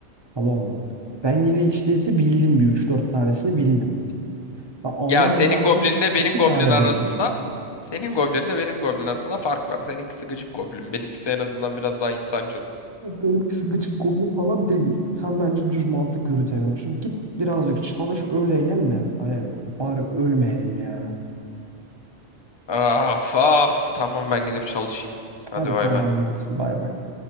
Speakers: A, on the right (about 30°); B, on the left (about 35°).
A: Tamam mı? Ben yine hiç değilse bildim bir üç dört tanesini bildim. Ben Allah
B: Ya senin
A: rızası
B: goblinle
A: için
B: benim
A: iki
B: goblin
A: tane
B: arasında
A: bildim.
B: senin goblinle benim goblin arasında fark var. Seninkisi gıcık goblin. Benimkisi en azından biraz daha insancıl.
A: Ama Benimkisi gıcık goblin falan değil. Sen bence düz mantık yürütemiyorsun. Git birazcık çalış öyle gel de. Hani bari ölmeyelim yani.
B: Af af. Tamam ben gidip çalışayım. Hadi
A: Hadi
B: bay
A: kolay
B: bay.
A: gelsin. Bay bay.